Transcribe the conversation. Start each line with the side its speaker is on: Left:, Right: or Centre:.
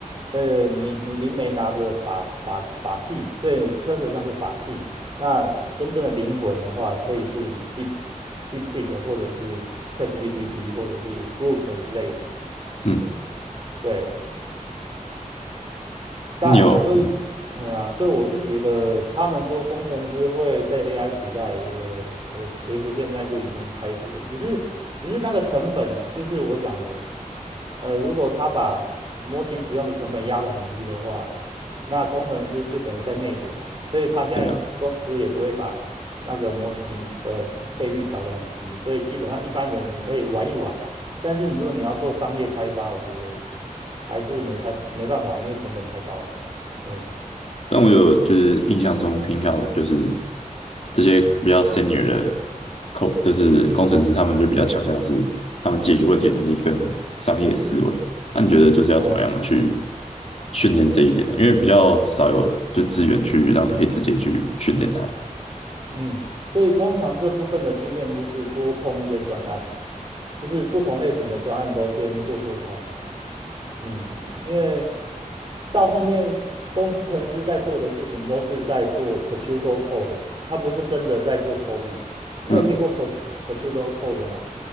Right: 呃，你你灵媒拿着法法法器，所以 Cursor 像是法器。那真正的灵魂的话，可以是 Deep DeepSeek 或者是 c h a t g t p 或者是 Grok 之类的。
Left: 嗯，
Right: 对，当然了，
Left: 那你有嗯，
Right: 所以，哎呀，所以我是觉得他们说工程师会被 AI 取代，呃呃，其实现在就已经开始了，只是只是那个成本，就是我讲的，呃，如果他把模型使用的成本压得很低的话，那工程师就等于在内卷嘛，所以他现在工程师也不会把那个模型的费率调得很低，
Left: 对啊。
Right: 所以基本上一般人你可以玩一玩呐、但是你如果你要做商业开发，我觉得还是没太没办法，因为成本太高了。对，
Left: 但我有就是印象中听到，就是这些比较 senior 的 code，就是工程师，他们就比较强调是他们解决问题的能力跟商业思维。那你觉得就是要怎么样去
Right: 哦，
Left: 训练这一点呢？因为比较少有就资源去让你可以直接去训练它。
Right: 嗯，所以通常这部分的经验就是多碰一些专案，就是不同类型的专案都先做做看啊。嗯，因为到后面工程师在做的事情都是在做 pseudo code，的他不是真的在做 coding。你有听过
Left: 嗯，
Right: pseudo code 吗？